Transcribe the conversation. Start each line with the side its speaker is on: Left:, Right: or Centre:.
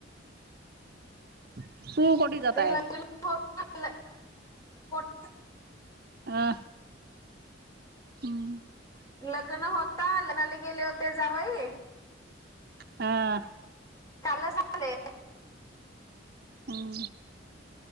Right: हम कोटी जाताय.
Left: ते लग्न होता ल- पोट-
Right: अ हम्. <unintelligible>
Left: लग्न होता लग्नाला गेले होते जावई.
Right: हा.
Left: कालच आले.
Right: हम्म